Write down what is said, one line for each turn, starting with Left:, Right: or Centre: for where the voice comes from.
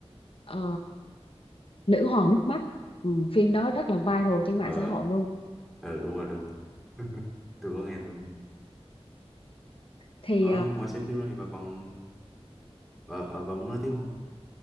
Left: ờ, Nữ hoàng nước mắt ừ, phim đó rất là viral
Centre: ờ
Left: trên mạng
Centre: ờ
Left: xã hội luôn
Centre: ờ, đúng rồi đúng rồi tôi có nghe tôi có nghe
Left: thì
Centre: ờ,
Left: ờ
Centre: ngoài xem phim ra thì bà còn bà, à, bà muốn nói tiếp không